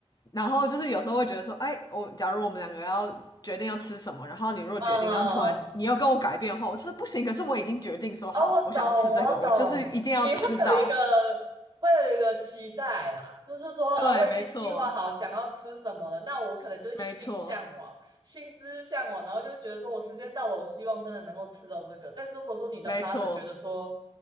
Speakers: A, on the left; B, on the right.
A: 然后就是有时候会觉得说，哎，我假如我们两个要决定要吃什么，然后你如果决定，
B: 嗯，
A: 然后突然你要跟我改变的话，我就是不行，可是我已经决定说好，
B: 哦，我懂，
A: 我想要吃这个，
B: 我懂。
A: 我就是一定要吃到。
B: 你会有一个，会有一个期待啦，就是说，
A: <laughs> 对，
B: 呃，我已经计划好想要吃什么了，
A: 没错，
B: 那我可能就一心向往，
A: 没错，
B: 心之向往，然后就觉得说我时间到了，我希望真的能够吃到这个。但是如果说你的
A: 没错。
B: partner 觉得说，